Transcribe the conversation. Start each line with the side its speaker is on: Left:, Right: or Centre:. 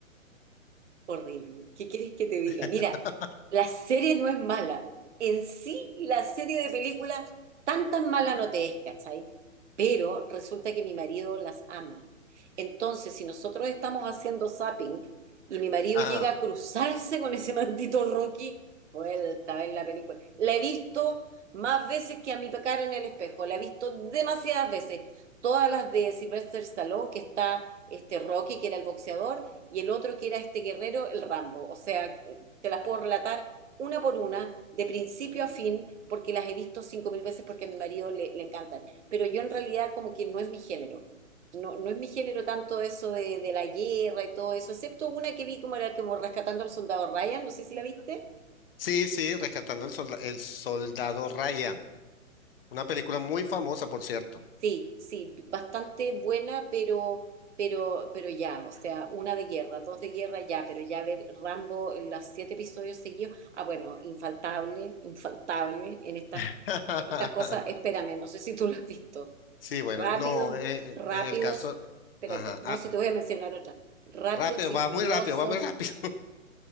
Right: Horrible. ¿Qué quieres que te diga?
Left: <laughs>
Right: Mira, la serie no es mala. En sí, la serie de películas tan tan mala no te es, ¿cachai? Pero resulta que mi marido las ama. Entonces, si nosotros estamos haciendo zapping y mi marido
Left: Ajá.
Right: llega a cruzarse con ese maldito Rocky, vuelta a ver la película. La he visto más veces que a mi pecar en el espejo. La he visto demasiadas veces. Todas las de Sylvester Stallone, que está este Rocky, que era el boxeador y el otro que era este guerrero, el Rambo. O sea, te las puedo relatar una por una, de principio a fin, porque las he visto cinco mil veces porque a mi marido le, le encantan. Pero yo en realidad como que no es mi género. No, no es mi género tanto eso de, de la guerra y todo eso, excepto una que vi como era como Rescatando al Soldado Ryan, no sé si la viste.
Left: Sí, sí, Rescatando el solda- el soldado Ryan. Una película muy famosa, por cierto.
Right: Sí, sí, bastante buena, pero, pero, pero ya, o sea, una de guerra, dos de guerra ya, pero ya ver Rambo, los siete episodios seguidos, ah, bueno, infaltable, infaltable en estas,
Left: <laughs>
Right: en estas cosas, espérame, no sé si tú lo has visto.
Left: Sí, bueno,
Right: Rápidos,
Left: no, eh, eh,
Right: rápidos,
Left: en el caso,
Right: espérate,
Left: ajá, ah,
Right: no, si te voy a mencionar otra. Rápidos
Left: rápido,
Right: y
Left: va
Right: Furiosos,
Left: muy rápido, va muy rápido.